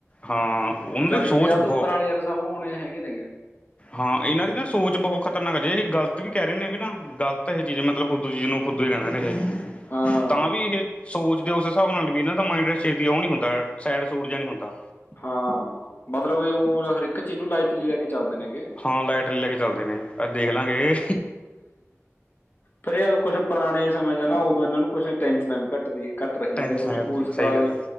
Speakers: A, on the left; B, on the left.
A: ਹਾਂ ਉਹਨਾਂ
B: ਚਾਲੀ
A: ਦੀ ਸੋਚ
B: ਪੰਜਾਹ ਤੋਂ
A: ਬਹੁਤ
B: ਉੱਪਰ ਵਾਲੇ ਯਾਰ ਸਭ ਹੋੁਣੇ ਹੈਗੇ ਨੇਗੇ
A: ਹਾਂ ਇਹਨਾਂ ਦੀ ਨਾ ਸੋਚ ਬਹੁਤ ਖਤਰਨਾਕ ਜੇ ਇਹ ਗਲਤ ਵੀ ਕਹਿ ਰਹੇ ਨੇ ਵੀ ਨਾ ਗ਼ਲਤ ਇਹ ਚੀਜ਼ ਮਤਲਬ ਖੁਦੂ ਚੀਜ਼ ਨੂੰ ਖੁਦੂ ਕਹਿੰਦੇ ਨੇ ਇਹ
B: ਹਾਂ
A: ਤਾਂ ਵੀ ਇਹ ਸੋਚ ਦੇ ਉਸ ਹਿਸਾਬ ਨਾਲ ਵੀ ਇਹਨਾਂ ਦਾ ਮਾਈਂਡ ਛੇਤੀ ਉਹ ਨੀ ਹੁੰਦਾ, ਸੈਡ-ਸੂਡ ਜਾ ਨੀ ਹੁੰਦਾ।
B: ਹਾਂ, ਮਤਲਬ ਉਹ ਹਰ ਇੱਕ ਚੀਜ਼ ਨੂੰ ਲਾਈਟਲੀ ਲੈ ਕੇ ਚੱਲਦੇ ਨੇਗੇ।
A: ਹਾਂ ਲਾਈਟ ਲੈ ਕੇ ਚੱਲਦੇ ਨੇ, ਅੱਜ ਦੇਖ ਲਾਂਗੇ।
B: ਫਿਰ ਯਾਰ ਕੁਛ ਪੁਰਾਣੇ ਸਮੇਂ ਜਾ ਨਾ, ਉਦੋਂ ਇਹਨਾਂ ਨੂੰ ਕੁਛ ਟੈਨਸ਼ਨਾਂ ਵੀ ਘੱਟ ਵੀ ਘੱਟ ਰਹੀਆਂ,
A: ਟੈਨਸ਼ਨ
B: ਨੇ ਕੁਛ ਸਕੂਲ-ਸਕਾਲ
A: ਕਰਤੀ ਸਹੀ ਗੱਲ ਆ।